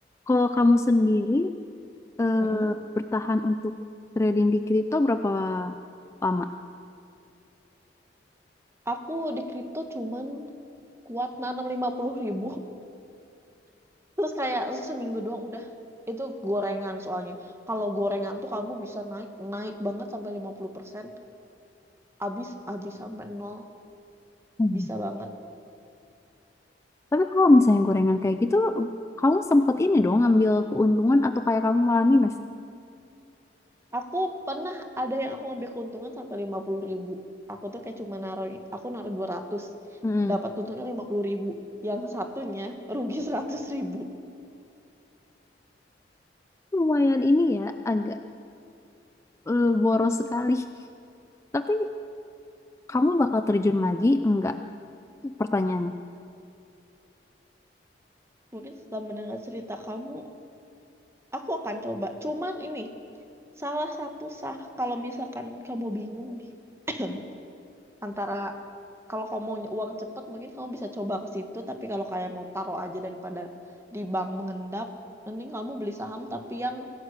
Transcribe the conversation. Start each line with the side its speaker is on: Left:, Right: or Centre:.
Left: kalau kamu sendiri eh,
Right: Mm-mm.
Left: bertahan untuk trading di kripto berapa lama?
Right: Aku di kripto cuman kuat nanam 50 ribu. <laughs> Terus kayak seminggu doang udah. Itu gorengan soalnya. Kalau gorengan tuh kamu bisa naik naik banget sampai 50%. Abis, abis sampai nol.
Left: Hmm.
Right: Bisa banget.
Left: Tapi kalau misalnya gorengan kayak gitu, kamu sempet ini dong ngambil keuntungan atau kayak kamu malah minus?
Right: Aku pernah ada yang aku ngambil keuntungan sampai lima puluh ribu. Aku tuh kayak cuma naruh, aku naruh 200.
Left: Mm-mm.
Right: Dapat untungnya lima puluh ribu. Yang satunya rugi <laughs> 100 ribu.
Left: <laughs> Lumayan ini ya, agak eh, boros sekali. Tapi kamu bakal terjun lagi? Enggak, pertanyaannya.
Right: Mungkin setelah mendengar cerita kamu, aku akan coba. Cuman ini, salah satu sah kalau misalkan kamu bingung nih. <clears throat> Antara, kalau kamu mau uang cepet mungkin kamu bisa coba ke situ. Tapi kalau kayak mau taruh aja daripada di bank mengendap, mending kamu beli saham tapi yang